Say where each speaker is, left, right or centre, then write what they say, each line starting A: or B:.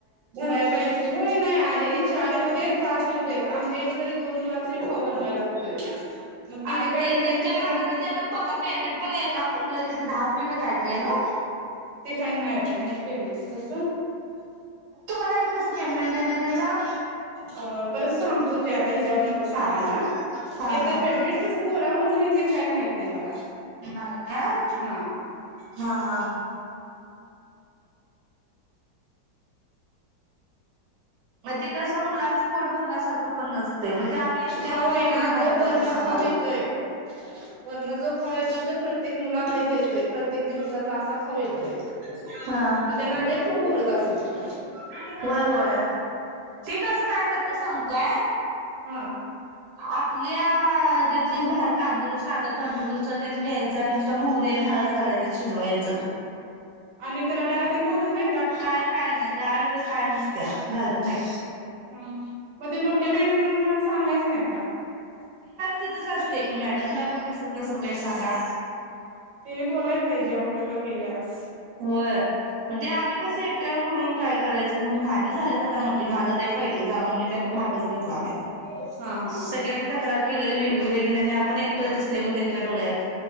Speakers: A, on the right; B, on the right.
A: भराय पाहिजेत की. होय न्हाय आलेली चार येऊदेत, पाच येऊदेत. आमच्या इथं तरी दोन मुलाला तरी खाऊ बनवाय लागतोय. मग किती
B: आणि
A: काय
B: ते
A: ना
B: त्यांच्या
A: त्यांना
B: मानानं
A: पोट
B: त्यांना बघा, पेमेंट पण एका पोरग्याला तिथं दहा रुपये का कायतरी हाय नव्ह?
A: ते काय नाही माहित पेमेंटचं कसं.
B: तुम्हाला कसं पेमेंट येतं त्याचं
A: अ परत सांगतो त्यात आता ह्याच्यावर नको सांगायला.
B: हा हा हा
A: येतंय
B: हा
A: पेमेंट, तसं पोरांवर नाही तेन काय माहित नाही मला.
B: नाही काय,
A: हा
B: हा हा. मग ते कसं मुलांचं पोट भरण्यास सारखं पण नसतंय ते आम्ही एकट्याने
A: खाऊ आहे
B: बोलून
A: ना
B: काय
A: जो
B: करायचं
A: वर्ण
B: सांगा.
A: खाऊ येतोय वर्ण जो खाऊ येतोय तो प्रत्येक मुला वाईज येतोय प्रत्येक
B: <unintelligible>
A: दिवसाचा असा खाऊ येतोय
B: हां <unintelligible>
A: मग त्यांना लय खाऊ उरत असेल तो
B: होय होय. तसं काय करत्या सांगु काय
A: हा
B: आपल्या त्यातलच भा तांदूळ साधं कंट्रोलच तेन घ्यायचं आणि नुसता मोहरी आणि हळद घालायचं त्यात शिजवायच.
A: आणि त्याला डाळ तेन घालत नाहीत?
B: काय काय नाही, डाळ बीळ काय नसत्या घालत नाही.
A: ह म ते मोठ्या मॅडमांना सांगायच नाही का?
B: तिथच असते की मॅडमला पण दिसत नसेल काय सांगा?
A: त्यानी बोलायला पाहिजे असं का केल्यास?
B: होय मग ते आम्ही कस एकट्यान बोलउन काय करायचं? त म्हटलं माझी झाल्यात आता मोठी. ते माझ ते पहिले जा म्हन मी त्यात भागच घेतला नाही.
A: हा हा
B: सगळ्यांनी त्यात करार केलेली वेगळी वेगळयनी आणि आप पण एकटच दिसतंय मग त्यांच्या डोळ्यात